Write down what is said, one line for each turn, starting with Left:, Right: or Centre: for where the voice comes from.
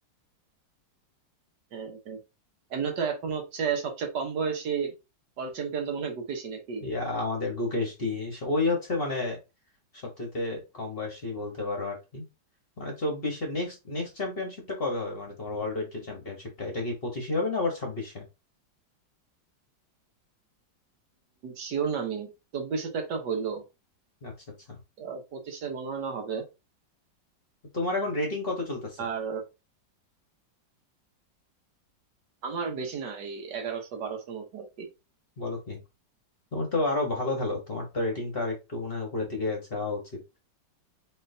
Right: হ্যাঁ হ্যাঁ। এমনি তো এখন হচ্ছে সবচেয়ে কম বয়সী ওয়ার্ল্ড চ্যাম্পিয়ন তো মনে হয় গুকেশই নাকি
Left: ইয়া আমাদের গুকেশ ডি সে- ওই হচ্ছে মানে সবচেয়ে কম বয়সী বলতে পারো আর কি মানে চব্বিশে নেক্সট নেক্সট চ্যাম্পিয়নশিপটা কবে হবে মানে তোমার ওয়ার্ল্ড ওয়াইড যে চ্যাম্পিয়নশিপটা এটা কি পঁচিশে হবে না আবার ছাব্বিশে
Right: শিওর না আমি চব্বিশশো তো একটা হইলো
Left: আচ্ছা আচ্ছা
Right: আহ, পঁচিশে মনে হয় না হবে
Left: তো তোমার এখন রেটিং কত চলতেছে
Right: আর আমার বেশি না এই এগারোশো বারোশোর মতো আর কি
Left: বলো কি তোমার তো আরো ভালো খেলো তোমার তো রেটিং তো আর একটু মনে হয় উপরের দিকে যাওয়া উচিত